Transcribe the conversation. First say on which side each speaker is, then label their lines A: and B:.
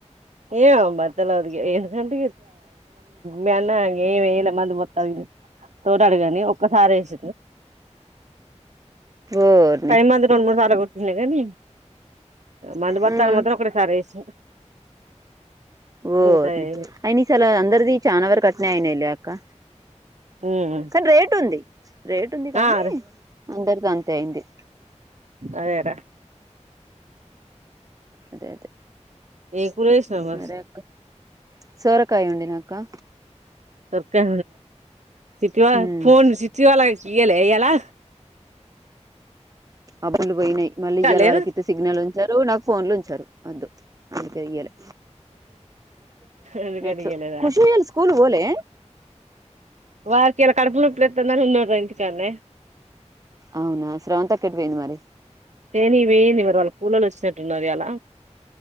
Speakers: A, on the right; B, on the right.
A: ఏం బతలవది ఎందుకంట మ ఏం ఏ మ మొత్త తో డగా కథ రేస
B: ఓర్ని
A: ఫైవ్ మంది రెండు మూడు సార్లు కొతు కాని మంది బస్తాలు
B: మ్
A: మాత్రం ఒకటిసారి వేస
B: ఓ
A: మిగతాయి
B: అయి ని చల అందరిది చానావ కట్నా అయిన కా
A: మ్మ్
B: కానీ రేటు ఉంది రేటు ఉంది కానీ
A: ఆ అదే
B: అందరితో అంతే అయింది
A: అదేరా
B: అదే అదే
A: ఏకుసినమస్
B: సరే అక్క సోరకాయ ఉండి నాకా
A: సర్కా సిటీవా
B: ఉమ్
A: ఫోన్ సిటీ వాల ఇలే ఎలా
B: అబ్బలు పోయి మళ్ళ ఇ్యళ
A: లేరు
B: వాళ్ళకితే సిగ్ల్ ఉంచారు నాకు ఫోన్లు ఉంచారు వద్దు అదికియాలి
A: అందుకడిగలేదా
B: నెట్లు ఖుషి ఇయ్యాల స్కూల్ పోలే
A: వారికి ఎలా కడుపులుట్లే ఎన్న ఎంతకణ
B: అవునా శ్రవంత కట్పోయింది మరి
A: ఏను ఇవేన్వరు వాళ కూలలు వచ్చిన న్నదాల